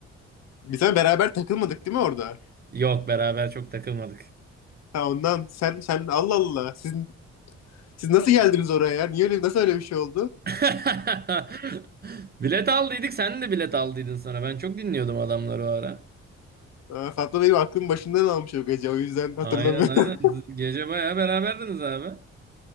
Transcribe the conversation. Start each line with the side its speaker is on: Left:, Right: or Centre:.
Left: Biz ama beraber takılmadık değil mi orada?
Right: Yok beraber çok takılmadık.
Left: Ha ondan sen sen Allah Allah siz siz nasıl geldiniz oraya ya? Niye öyle nasıl öyle bir şey oldu?
Right: <laughs> Bilet aldıydık sen de bilet aldıydın sonra. Ben çok dinliyordum adamları o ara.
Left: Ha, Fatma benim aklım başından almış o gece o yüzden hatırlamıyorum.
Right: Aynen aynen. Siz
Left: <laughs>
Right: Gece bayağı beraberdiniz abi.